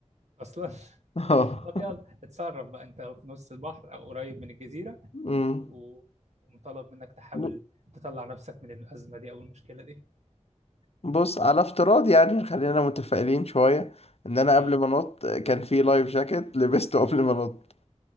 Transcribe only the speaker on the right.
أصلا
طب يلا
اتصرف بقى انت في نص البحر او قريب من الجزيرة
و- ومطالب منك تحاول
تطلع نفسك من الأزمة دي او المشكلة دي
مم.